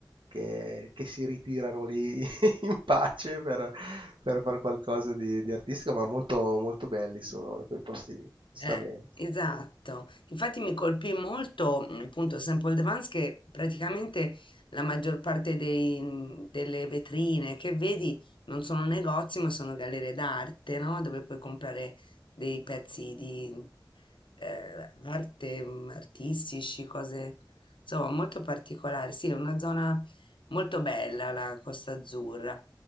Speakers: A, on the right (about 85°); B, on the left (about 80°).
A: che, che si ritirano lì <laughs> in pace per, per fare qualcosa di, di artistico, ma molto, molto belli sono quei posti lì, sta
B: Eh,
A: bene.
B: esatto, infatti mi colpì molto mm, appunto Sample Devance che praticamente la maggior parte dei- mm, delle vetrine che vedi non sono negozi ma sono gallerie d'arte, no? Dove puoi comprare dei pezzi di eh, arte, mm, artistici, cose insomma molto particolari. Sì, è una zona Molto bella la Costa Azzurra.